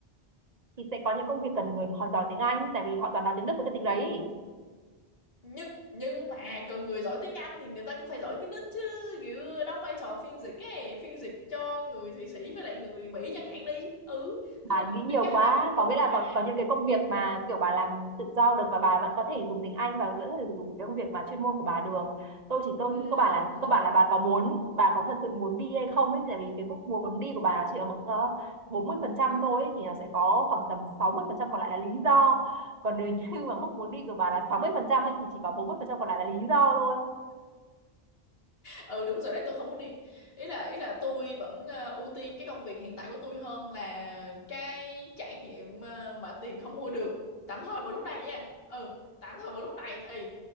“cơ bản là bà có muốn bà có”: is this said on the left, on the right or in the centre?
Right